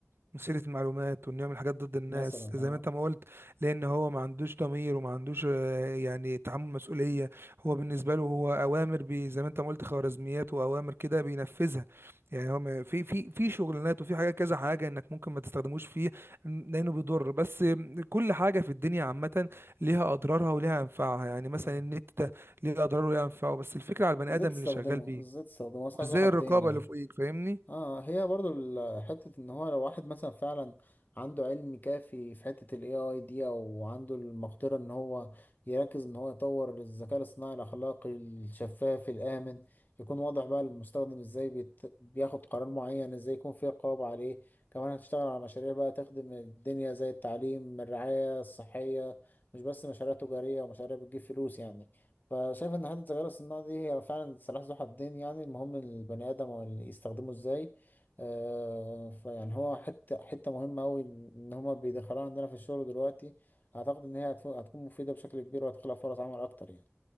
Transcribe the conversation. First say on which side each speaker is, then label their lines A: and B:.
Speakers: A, on the right; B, on the left.
A: مثيرة المعلومات وانه يعمل حاجات ضد الناس
B: مثلا
A: زي
B: اه
A: ما انت ما قلت لان هو ما عندوش ضمير وما عندوش آه، يعني تحمل مسؤولية هو بالنسبة له هو اوامر بي زي ما انت ما قلت خوارزميات واوامر كده بينفذها يعني هو ما- في في في شغلانات وفي حاجة كذا حاجة انك ممكن ما تستخدموش فيه لانه بيضر بس كل حاجة في الدنيا عامة ليها اضرارها وليها انفعها يعني مثلا
B: اه
A: النت ده ليه اضراره وليه انفعه بس الفكرة على البني
B: ازاي
A: ادم
B: تستخدمه
A: اللي شغال بيه
B: ازاي تستخدمه اصلا
A: وازاي
B: عايز واحد
A: الرقابة
B: تاني يعني
A: اللي فوقيك فاهمني
B: اه هي برضو ال- حتة ان هو لو واحد مثلا فعلا عنده علم كافي في حتة ال AI دي او عنده المقدرة ان هو يركز ان هو يطور الذكاء الاصطناعي الاخلاقي الشفاف الامن يكون واضح بقى للمستخدم ازاي بيت... بياخد قرار معين ازاي يكون في رقابة عليه كمان هتشتغل على مشاريع بقى تخدم الدنيا زي التعليم الرعاية الصحية مش بس مشاريع تجارية ومشاريع بتجيب فلوس يعني فشايف ان حته الذكاء الصناعي دي هي فعلا سلاح ذو حدين يعني المهم البني ادم واللي يستخدمه ازاي آه فيعني هو حته حته مهمه قوي ان هما بيدخلوها عندنا في الشغل دلوقتي اعتقد ان هي هتف- هتكون مفيده بشكل كبير وهتخلق فرص عمل اكتر يعني